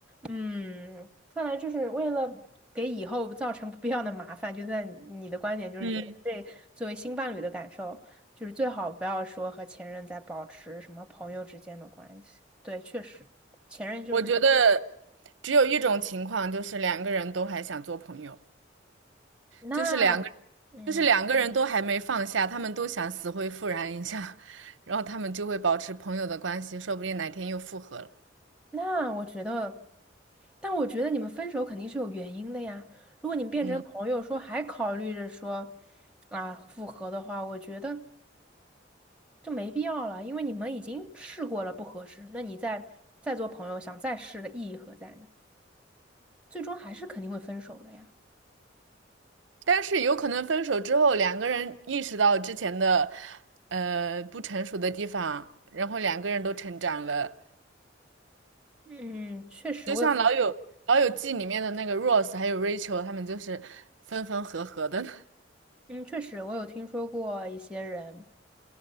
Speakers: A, in the centre; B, on the right (about 80°).
A: 嗯，看来就是为了给以后造成不必要的麻烦，就在你的观点就是觉得这作为新伴侣的感受，
B: <laughs> 嗯，
A: 就是最好不要说和前任在保持什么朋友之间的关系。对，确实，前任就是
B: 我觉得只有一种情况，就是两个人都还想做朋友。
A: 那，
B: 就是两个，
A: 嗯，
B: 就是两个人都还没放下，他们都想死灰复燃一下，<laughs> 然后他们就会保持朋友的关系，说不定哪天又复合了。
A: 那我觉得，但我觉得你们分手肯定是有原因的呀。如果你们变成朋友说还考虑着说
B: 嗯，
A: 啊复合的话，我觉得。就没必要了，因为你们已经试过了不合适，那你再再做朋友，想再试的意义何在呢？最终还是肯定会分手的呀。
B: 但是有可能分手之后，两个人意识到之前的呃不成熟的地方，然后两个人都成长了，
A: 嗯，确实我有，
B: 就像老友老友记里面的那个 Rose 还有 Rachel，他们就是分分合合的。<laughs>
A: 嗯，确实我有听说过一些人，